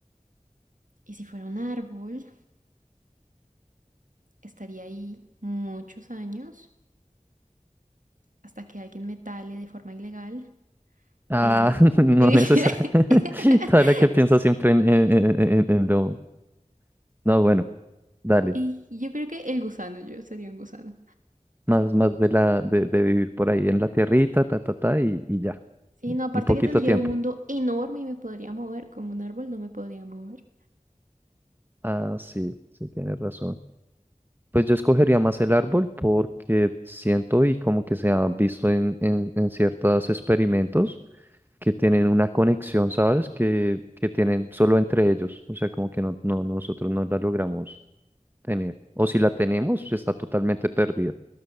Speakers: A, on the right; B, on the right.
A: Y si fuera un árbol, estaría ahí muchos años hasta que alguien me tale de forma ilegal.
B: Ah,
A: Eh,
B: <laughs> no
A: eh,
B: necesario.
A: <laughs>
B: <laughs> Toda la que piensa siempre en, en- en- en- en lo. No, bueno, dale.
A: y yo creo que el gusano, yo sería un gusano.
B: Más, más de la de, de vivir por ahí en la tierrita, ta, ta, ta, y, y ya.
A: Sí, no, aparte
B: Un poquito
A: que tendría
B: de tiempo.
A: un mundo enorme y me podría mover, como un árbol no me podría mover.
B: Ah, sí, sí, tienes razón. Pues yo escogería más el árbol porque siento y como que se ha visto en, en, en ciertos experimentos que tienen una conexión, ¿sabes? Que, que tienen solo entre ellos. O sea, como que no, no, nosotros no la logramos tener. O si la tenemos, pues, está totalmente perdida.